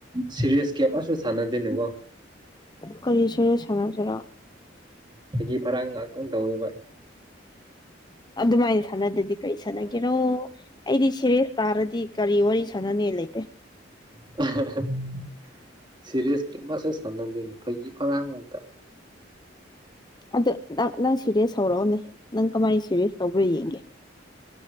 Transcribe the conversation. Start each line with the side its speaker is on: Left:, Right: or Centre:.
Right: ꯁꯤꯦꯔꯤꯌꯥꯁ ꯀꯌꯥꯁꯨ ꯁꯥꯟꯅꯗꯦꯅꯤꯀꯣ
Left: ꯀꯔꯤ ꯁꯔꯦ ꯁꯥꯟꯅꯁꯤꯔꯣ
Right: ꯐꯒꯤ ꯐꯔꯥ ꯉꯍꯥꯛꯇꯪ ꯇꯧꯋꯦꯕ
Left: ꯑꯗꯨꯃꯥꯏꯅ ꯁꯥꯟꯅꯗꯗꯤ ꯀꯔꯤ ꯁꯥꯟꯅꯒꯦ ꯀꯩꯅꯣ ꯑꯩꯗꯤ ꯁꯤꯔꯦꯁ ꯇꯥꯔꯗꯤ ꯀꯔꯤ ꯋꯥꯔꯤ ꯁꯥꯟꯅꯅꯦ ꯂꯩꯇꯦ
Right: <unintelligible> ꯁꯤꯔꯤꯁ ꯀ ꯑꯃꯁꯁꯨ ꯁꯥꯟꯅꯗꯦꯅꯤ ꯐꯩꯒꯤ ꯐꯔꯥꯡ ꯉꯥꯛꯇ
Left: ꯑꯗ ꯅꯪ ꯅꯪ ꯁꯤꯔꯦ ꯍꯧꯔꯛꯑꯣꯅꯦ ꯅꯪ ꯀꯃꯥꯏꯅ ꯁꯤꯔꯦ ꯇꯧꯕ꯭ꯔ ꯌꯦꯡꯒꯦ